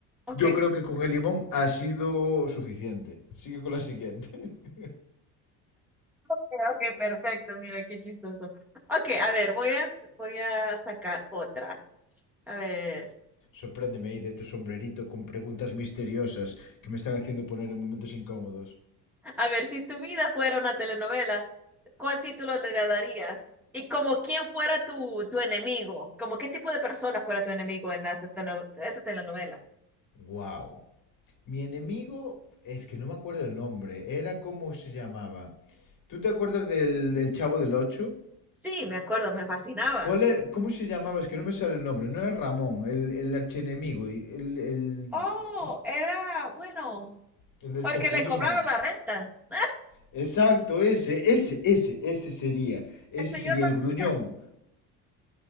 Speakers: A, in the centre; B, on the left.
A: Ok,
B: yo creo que con el limón ha sido suficiente. Sigue con la siguiente. <laughs>
A: Ok, perfecto, mira qué chistoso. Ok, a ver, voy a, voy a sacar otra. A ver,
B: Sorpréndeme ahí de tu sombrerito con preguntas misteriosas que me están haciendo poner en momentos incómodos.
A: a ver, si tu vida fuera una telenovela, ¿cuál título le darías? Y como quién fuera tu, tu enemigo, como qué tipo de persona fuera tu enemigo en esa, teno- esa telenovela.
B: ¡Guau! Mi enemigo, es que no me acuerdo el nombre, era cómo se llamaba. ¿Tú te acuerdas del, del Chavo del Ocho?
A: Sí, me acuerdo, me fascinaba.
B: ¿Cuál era, cómo se llamaba? Es que no me sale el nombre, no era Ramón, el, el archienemigo, y el, el,
A: Oh,
B: ¿cómo?
A: era bueno,
B: el del
A: porque
B: Chapulín.
A: le cobraron la renta. ¡Ah!
B: Exacto, ese, ese, ese, ese sería, ese
A: El señor
B: sería
A: Barriga.
B: el gruñón.